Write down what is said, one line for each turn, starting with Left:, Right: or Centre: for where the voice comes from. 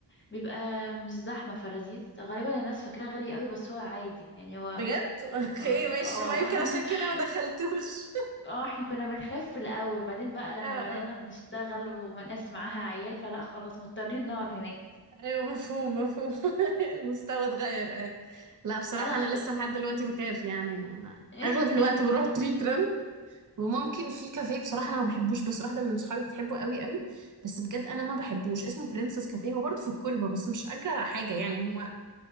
Left: بيبقى مش زحمة فلذيذ غالبا الناس فاكراه غالي قوي بس هو عادي يعني هو
Right: بجد اوكي
Left: هو-
Right: ماشي
Left: اه
Right: ما يمكن
Left: <laughs>
Right: عشان كده ما دخلتوش <laughs>
Left: اه احنا كنا بنخاف في الاول بعدين بقى لما
Right: اه اه
Left: بدأنا بنشتغل وناس معاها عيال فلا خلاص مضطرين نقعد هناك
Right: ايوه مفهوم مفهوم <laughs> المستوى اتغير ايوه لا بصراحة
Left: اه لا
Right: انا
Left: أص...
Right: لسه لحد دلوقتي بخاف يعني انا
Left: <laughs>
Right: اغلب الوقت بروح تريت وممكن في كافيه بصراحة أنا ما بحبوش بس واحدة من صحابي بتحبه قوي قوي بس بجد أنا ما بحبوش اسمه برنسس كافيه هو برضه في الكوربة بس مش أجرى حاجة يعني هو